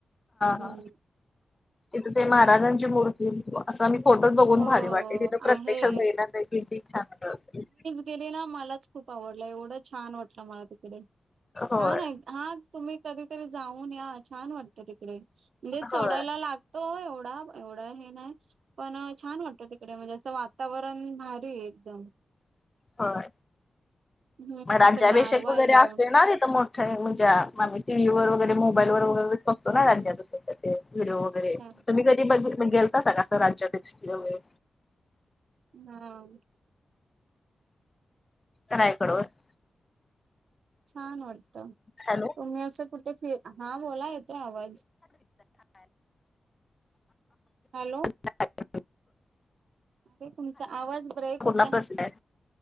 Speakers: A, on the right; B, on the left.
A: हम्म.
B: ह इथ ते महाराजांची मूर्ती असं मी फोटोच बघून
A: हो
B: भारी वाटते तिथं प्रत्येक्षात
A: आहे
B: मेहनत हाय किती छान
A: गेलेला मलाच खूप आवडलं एवढं छान वाटलं मला तिकडे छान
B: होय
A: आहे. हा तुम्ही कधीतरी जाऊन या छान वाटतं तिकडे म्हणजे चढायला
B: होय
A: लाग तो एवढा एवढा हे नाही पण छान वाटत तिकडे म्हणजे असं वातावरण रण भारी हाय एकदम.
B: होय
A: हम्म
B: मग राज्याभिषेक
A: असं गारवा
B: वगैरे
A: एकदम
B: असते ना तिथं मग. म्हणजे आम्ही टी व्ही वगैरे मोबाईल वगैरे बघतो ना राज्यात. ते व्हिडिओ वगैरे
A: अच्छा
B: तुम्ही कधी ब गेलता का कसं राज्याभिषेक ला वैगरे...
A: <unintelligible>
B: <unintelligible>
A: छान वाटत.
B: हॅलो.
A: तुम्ही असं कुठे फि हा बोला... ला आवाज हॅलो.
B: रिकामा ऑडिओ
A: रिकामा ऑडिओ अरे तुमचा आवाज ब्रेक
B: कुठला
A: होतय.
B: प्रसिद्ध आहे